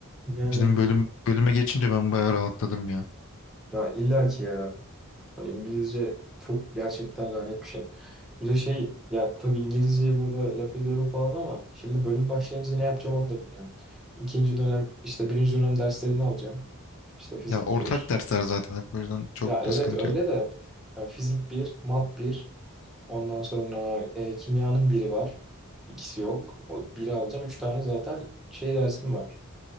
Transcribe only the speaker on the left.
Bizim bölüm bölüme geçince ben bayağı rahatladım ya.
Ya ortak
dersler zaten hep, o yüzden çok
da sıkıntı
yok.